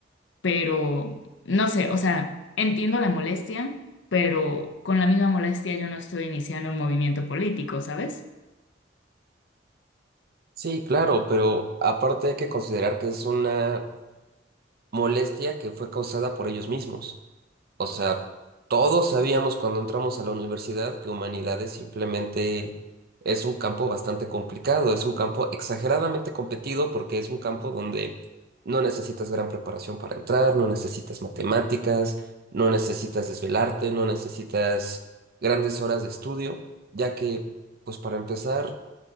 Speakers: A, on the left (about 70°); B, on the right (about 55°).
A: pero no sé, o sea, entiendo la molestia, pero con la misma molestia yo no estoy iniciando un movimiento político, ¿sabes?
B: Sí, claro, pero aparte hay que considerar que es una molestia que fue causada por ellos mismos. O sea, todos sabíamos cuando entramos a la universidad que humanidades simplemente es un campo bastante complicado, es un campo exageradamente competido porque es un campo donde no necesitas gran preparación para entrar, no necesitas matemáticas, no necesitas desvelarte, no necesitas grandes horas de estudio, ya que, pues para empezar,